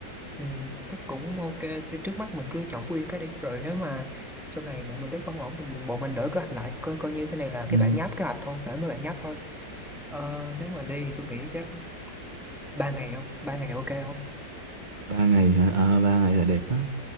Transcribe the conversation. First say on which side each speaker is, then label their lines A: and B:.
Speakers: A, in the centre; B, on the right.
A: Ừ, chắc cũng ok. Thì trước mắt mình cứ chọn Phú Yên cái đi. Rồi nếu mà sau này bọn mình thấy không ổn thì bọn bọn mình đổi kế hoạch lại, coi coi như cái này là cái
B: ừ
A: bản nháp kế hoạch thôi, bản mới bản nháp thôi. Ờ, nếu mà đi thì tôi nghĩ chắc ba ngày không? Ba ngày ok không?
B: ba ngày hả à, ba ngày là đẹp á